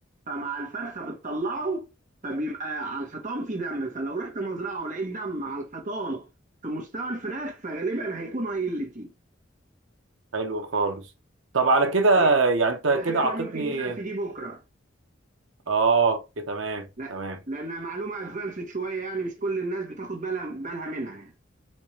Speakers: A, on the right; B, on the right.
A: فمع الفرخه بتطلعه فبيبقى على الحيطان فيه دم فلو رحت مزرعه ولقيت دم على الحيطان في مستوى الفراخ فغالبا هيكون ايلتي
B: حلو خالص طب على كده
A: دي
B: يعني أنت
A: على فكره
B: كده عطتني
A: ممكن يسال في دي بكره
B: آه كده تمام
A: لا
B: تمام
A: لانها معلومه ادفانسد شويه يعني مش كل الناس بتاخد بالها بالها منها يعني